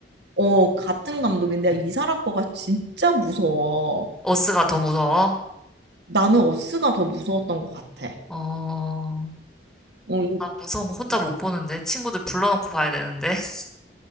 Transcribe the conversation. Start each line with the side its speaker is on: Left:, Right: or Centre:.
Right: 어, 같은 감독인데 이 사람 거가 진짜 무서워.
Centre: 어스가 더 무서워?
Right: 나는 어스가 더 무서웠던 것 같아.
Centre: 어,
Right: 어, 이,
Centre: 나 무서운 거 혼자
Right: 이-
Centre: 못 보는데. 친구들 불러놓고 봐야 되는데. <laughs>